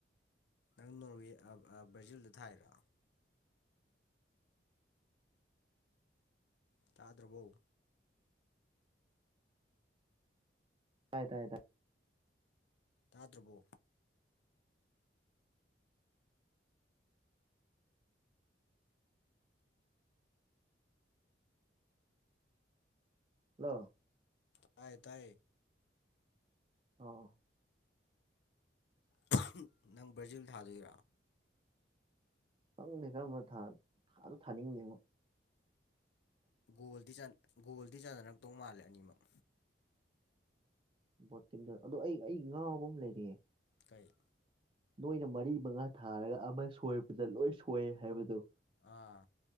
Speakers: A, on the left (about 65°); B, on the right (about 30°).
A: ꯅꯪ ꯅꯣꯔꯋꯦ ꯕ꯭ꯔꯥꯖꯤꯜꯗ ꯊꯥꯏꯔꯣ ꯇꯥꯗ꯭ꯔꯕꯣ
B: ꯇꯥꯏ ꯇꯥꯏ ꯇꯥꯏ
A: ꯇꯥꯗ꯭ꯔꯕꯣ
B: ꯍꯥꯂꯣ
A: ꯇꯥꯏꯌꯦ ꯇꯥꯏꯌꯦ
B: ꯑꯣ
A: <unintelligible> ꯅꯪ ꯕ꯭ꯔꯥꯖꯤꯜ ꯊꯥꯗꯣꯏꯔꯣ
B: ꯈꯪꯗꯦꯗ ꯃꯠꯊꯥ ꯊꯥꯁꯨ ꯊꯥꯅꯤꯡꯗꯦꯕꯣ
A: ꯒꯣꯜꯗꯤ ꯆꯟ ꯒꯣꯜꯗꯤ ꯆꯥꯟꯅꯔꯛꯇꯧ ꯃꯥꯜꯂꯦ ꯑꯅꯤꯃꯛ
B: ꯚꯣꯇꯤꯡꯗ ꯑꯗꯣ ꯑꯩ ꯑꯩ ꯉꯥꯎꯕ ꯑꯃ ꯂꯩꯔꯦ
A: ꯀꯩ
B: ꯅꯣꯏꯅ ꯃꯔꯤ ꯃꯉꯥ ꯊꯥꯔꯒ ꯑꯃ ꯁꯣꯏꯕꯗ ꯂꯣꯏ ꯁꯣꯏ ꯍꯥꯏꯕꯗꯣ
A: ꯑꯥ